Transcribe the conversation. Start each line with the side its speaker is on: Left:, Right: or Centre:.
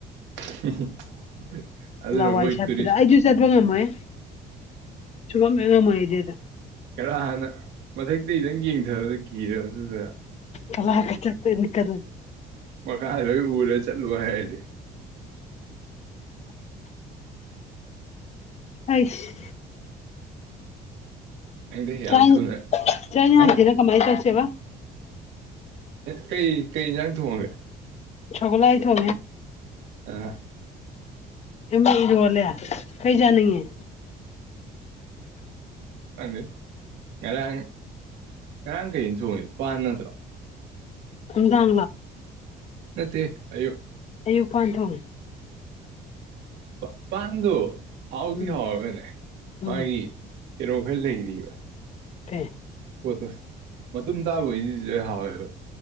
Right: <unintelligible>
Left: ꯂꯋꯥꯏ
Right: ꯃꯣꯏ
Left: ꯆꯠꯄꯗ
Right: ꯇꯨꯔꯤꯁ
Left: ꯑꯩꯁꯨ ꯆꯠꯄ ꯉꯝꯃꯣꯏ ꯁꯨꯒꯝꯃꯦ ꯉꯝꯃꯣꯏꯗꯤ ꯑꯗ
Right: ꯈꯔ ꯍꯥꯟꯅ ꯃꯊꯛꯇ ꯏꯗꯪ ꯌꯦꯡꯊꯕꯗ ꯀꯤꯔꯕꯗꯨꯗ
Left: ꯀꯂ ꯀ ꯆꯠꯄꯅꯤ ꯀ ꯑꯗꯨ
Right: ꯃꯈꯀꯥꯔꯣꯏ ꯎꯔꯦ ꯆꯠꯂꯨ ꯍꯥꯏꯔꯦ
Left: ꯍꯁ
Right: ꯈꯪꯗꯦ ꯌꯥꯝ
Left: ꯆ
Right: ꯊꯨꯅ
Left: ꯆꯥ
Right: ꯍꯥ
Left: ꯍꯥꯖꯤꯅ ꯀꯃꯥꯏ ꯆꯁꯦꯕ
Right: ꯀꯩ ꯀꯩ ꯏꯟꯖꯥꯡ ꯊꯣꯡꯉꯒꯦ
Left: ꯁꯒꯂ ꯑ ꯊ
Right: ꯑꯥ
Left: ꯑꯃ ꯏꯔꯣꯜꯂꯦ ꯀꯩ ꯌꯥꯅꯤꯡꯉꯤ
Right: ꯑꯗꯨ ꯑꯗꯨ ꯌꯦꯔ ꯅ ꯀꯩ ꯇꯣꯡꯉꯤ ꯏ ꯄꯅꯠꯇ꯭ꯔꯣ
Left: ꯏꯗꯥꯥ
Right: ꯅꯠꯇ ꯑꯌꯌꯣ
Left: ꯑꯌꯨꯛ ꯄꯥꯟꯊꯣꯡ
Right: ꯄꯄꯥꯗꯣ ꯍꯥꯎꯗꯤ
Left: ꯎꯝ
Right: ꯍꯥꯎꯒꯅꯦ ꯃꯥꯒꯤ
Left: ꯎꯝ
Right: ꯀꯩꯅꯣ ꯈꯔ ꯂꯩꯔꯤꯕ
Left: ꯊ
Right: ꯄꯣꯠꯇꯣ ꯃꯇꯨꯡ ꯇꯥꯕꯩꯗꯤꯗꯤ ꯂꯣꯏ ꯍꯥꯎꯋꯦꯕ